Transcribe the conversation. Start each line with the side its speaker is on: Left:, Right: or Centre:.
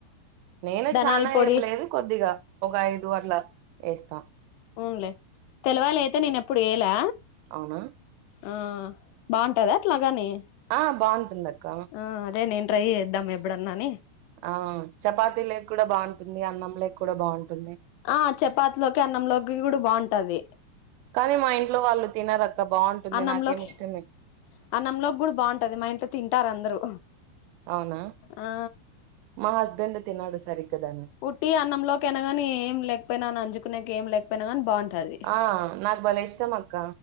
Right: నేను
Left: ధనాల
Right: చానా
Left: పొడి
Right: ఏం లేదు కొద్దిగా ఒక ఐదు అట్ల ఏస్తా
Left: అవున్లే తెల్లవాయలు అయితే నేను ఎప్పుడు ఏయలే
Right: అవునా
Left: ఆ బావుంటదా అట్లాగానీ
Right: ఆ బావుంటుంది అక్క
Left: ఆ అదే నేను ట్రై జేద్దం ఎప్పుడన్న అని
Right: ఆ చపాతి లేకూడ బావుంటుంది అన్నం లేకూడ బావుంటుంది
Left: ఆ చపాతిలోకి అన్నంలోకి కూడ బావుంటాది
Right: కానీ మా ఇంట్లో వాళ్ళు తినరక్క బావుంటుంది
Left: అన్నంలోకి
Right: నాకేం ఇష్టమే
Left: అన్నంలోకి గూడ బావుంటది మా ఇంట్లో తింటారు అందరూ
Right: అవునా
Left: ఆ
Right: మా హస్బెండ్ తినడు సరిగ్గ దాన్ని
Left: వుట్టిగ అన్నంలోకైనా గానీ ఏం లేకపోయినా నంజుకునేకి ఏం లేక్ పోయినా గాని బావుంటాది
Right: ఆ నాక్ భలే ఇష్టం అక్క